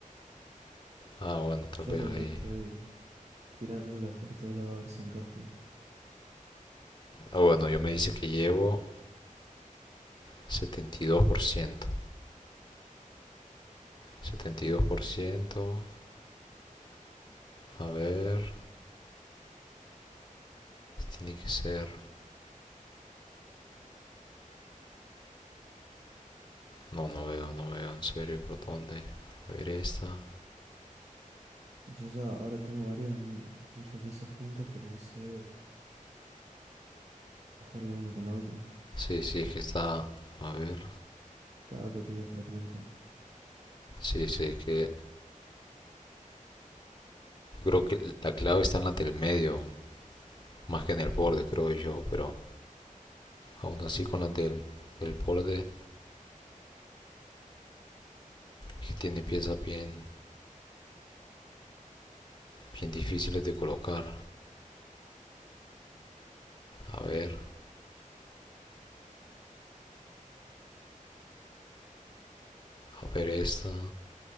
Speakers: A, on the left (about 30°); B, on the right (about 50°).
A: Ah, bueno, tal
B: yo
A: vez
B: ahora ya
A: ahí.
B: estoy tirándolas por todos lados a ver si encajan.
A: Ah, bueno, yo me dice que llevo setenta setenta y y dos dos por ciento setenta y dos por ciento a ver, tiene que ser No, no veo, no veo en serio por dónde. A ver esta.
B: Yo ya ahora tengo varias, mu- muchas piezas juntas, pero no sé dejarlas una con la otra.
A: Sí, sí, es que está... A ver.
B: Cada pequeño fragmento.
A: Sí, sí, es que... Yo creo que la clave está en la del medio, más que en el borde, creo yo, pero aún así con la del el borde que tiene piezas bien, bien difíciles de colocar. A ver, a ver esta.